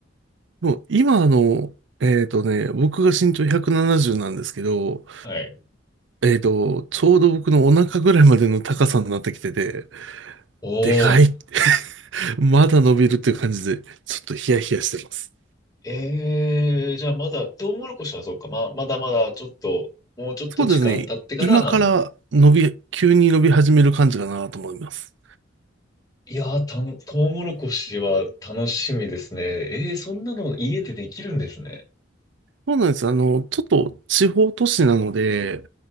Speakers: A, on the right; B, on the left.
A: もう今あの、えっとね、僕が身長170ななじゅうなんですけど、
B: い。はい。
A: えっと、ちょうど僕のお腹ぐらいまでの高さになってきてて、
B: おー。
A: でかい、まだ伸びるっていう感じで、ちょっとヒヤヒヤしてます。
B: えーじゃあまだ、トウモロコシはそうか、まあ、まだまだちょっと、もうちょっと時間経ってから、
A: そうですね。今から伸び、
B: はい。
A: 急に伸び始める感じかなと思います。
B: いやー、たん、トウモロコシは楽しみですね。えー、そんなの家でできるんですね。
A: そうなんです。あの、ちょっと地方都市なので、